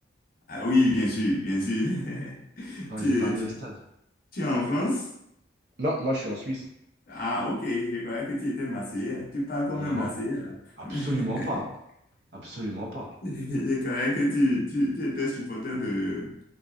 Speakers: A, on the left; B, on the right.
A: Ah, oui, bien sûr, bien sûr. <laughs>
B: Hein,
A: Tu,
B: je vais pas aller
A: tu-
B: au stade.
A: tu es en France?
B: Non, moi je suis en Suisse.
A: Ah, ok, je croyais que tu étais Marseillais. Tu parles comme
B: Non,
A: un Marseillais, là.
B: absolument
A: <laughs>
B: pas. Absolument pas.
A: Je croyais que tu, tu, tu étais supporter de,